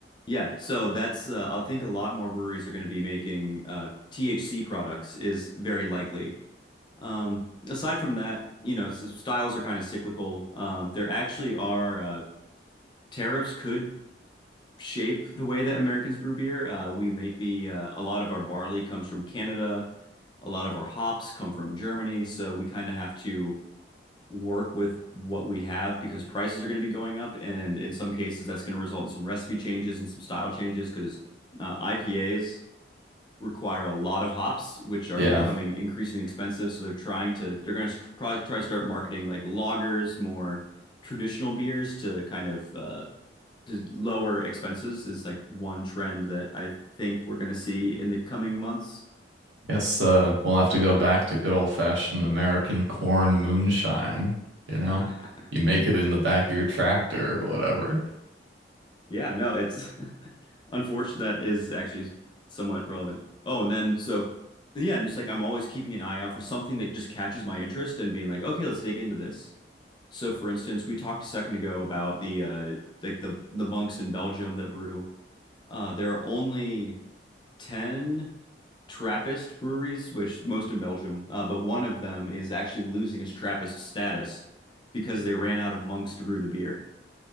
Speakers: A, on the left; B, on the right.
A: yeah. So that's uh, I think a lot more breweries are going to be making uh, THC products is very likely. Um, aside from that, you know, s- styles are kind of cyclical. Um, there actually are uh, tariffs could shape the way that Americans brew beer. Uh, we may be uh, a lot of our barley comes from Canada, a lot of our hops come from Germany, so we kind of have to work with what we have because prices are going to be going up, and in some cases that's going to result in some recipe changes and some style changes because uh, IPAs require a lot of hops, which are
B: Yeah.
A: becoming increasingly expensive. So they're trying to they're going to probably try to start marketing like lagers, more traditional beers to kind of uh, the lower expenses is like one trend that I think we're going to see in the coming months.
B: Guess uh, we'll have to go back to good old-fashioned American corn moonshine, you
A: <laughs>
B: know? You make it in the back of your tractor or whatever.
A: Yeah, no, it's <laughs> unfortunate that is actually somewhat relevant. Oh, and then so yeah, and just like I'm always keeping an eye out for something that just catches my interest and being like, okay, let's dig into this. So for instance, we talked a second ago about the uh like the the monks in Belgium that brew. Uh there are only 10 Trappist breweries, which most in Belgium, uh, but one of them is actually losing its Trappist status because they ran out of monks to brew the beer.